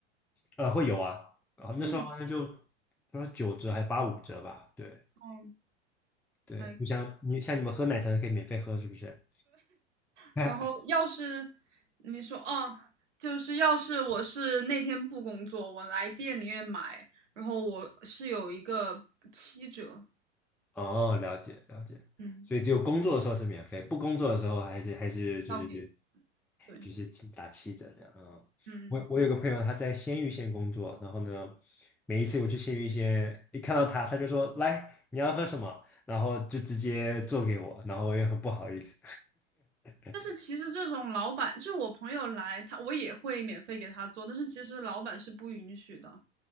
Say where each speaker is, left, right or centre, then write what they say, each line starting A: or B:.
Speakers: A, in the centre; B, on the right.
A: 呃，会有啊，啊，那时候好像就
B: 嗯，
A: 不知道九折还八五折吧？对
B: 哦，
A: 对，
B: 还，
A: 你想你像你们喝奶茶可以免费喝是不是？<laughs>
B: 然后要是你说哦，就是要是我是那天不工作，我来店里面买，然后我是有一个七折，
A: 哦，了解了解，
B: 嗯，
A: 所以只有工作的时候是免费，不工作的时候还是还是就是
B: 要给，对，
A: 就是打七折这样啊。嗯我我有个朋友他在鲜芋仙工作，
B: 嗯嗯嗯。
A: 然后呢，每一次我去鲜芋仙，一看到他他就说来你要喝什么，然后就直接做给我，然后我也很不好意思。<laughs>
B: 但是其实这种老板，就是我朋友来，他我也会免费给他做，但是其实老板是不允许的，